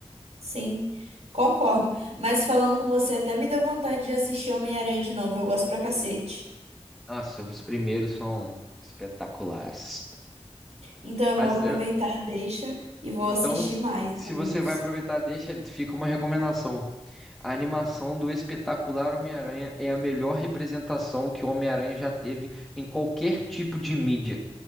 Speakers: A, on the right (about 75°); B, in the centre.
A: Sim, concordo. Mas falando com você, até me deu vontade de assistir Homem-Aranha de novo. Eu gosto pra cacete.
B: Nossa, os primeiros são espetaculares.
A: Então eu
B: Mas
A: vou aproveitar,
B: eu-
A: deixa e vou
B: então,
A: assistir
B: s-
A: mais
B: se
A: alguns.
B: você vai aproveitar, deixa, fica uma recomendação. A animação do espetacular Homem-Aranha é a melhor representação que o Homem-Aranha já teve em qualquer tipo de mídia.